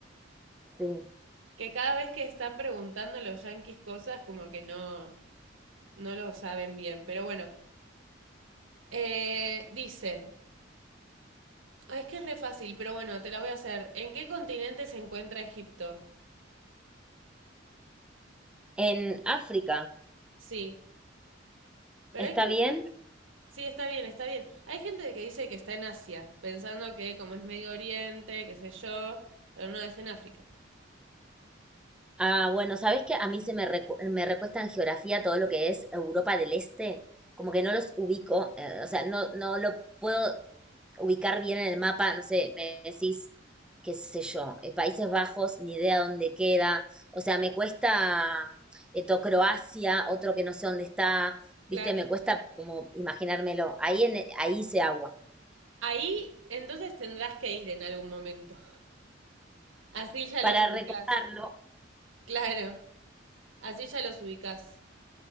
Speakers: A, in the centre; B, on the right.
A: Sí.
B: Que cada vez que están preguntando los yankees cosas, como que no, no lo saben bien. Pero bueno, eh, dice. Ah, es que es re fácil, pero bueno, te la voy a hacer. ¿En qué continente se encuentra Egipto?
A: En África,
B: Sí, pero
A: ¿está
B: hay gente...
A: bien?
B: Sí, está bien, está bien. Hay gente que dice que está en Asia, pensando que como es Medio Oriente, qué sé yo, pero no, es en África.
A: Ah, bueno, ¿sabes que A mí se me, recu- me recuesta en geografía todo lo que es Europa del Este, como que no los ubico, eh, o sea, no, no lo puedo ubicar bien en el mapa, no sé, me decís, qué sé yo, eh, Países Bajos, ni idea dónde queda, o sea, me cuesta eh, to- Croacia, otro que no sé dónde está, viste,
B: Claro.
A: me cuesta como imaginármelo, ahí, en, ahí hice agua.
B: Ahí entonces tendrás que ir en algún momento. Así ya
A: Para
B: los ubicás.
A: recordarlo,
B: Claro, así ya los ubicás.